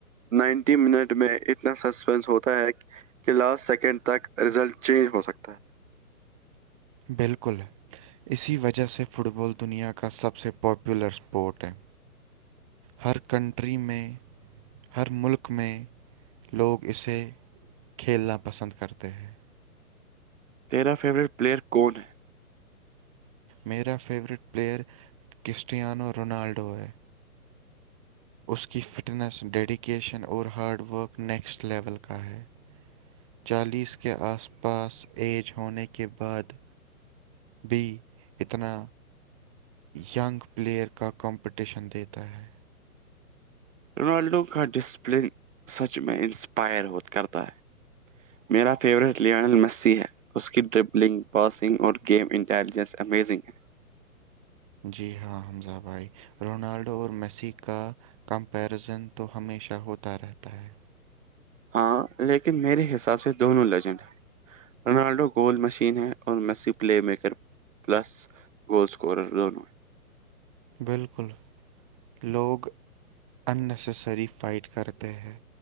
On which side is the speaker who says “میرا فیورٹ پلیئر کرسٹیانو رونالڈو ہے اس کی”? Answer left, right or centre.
Right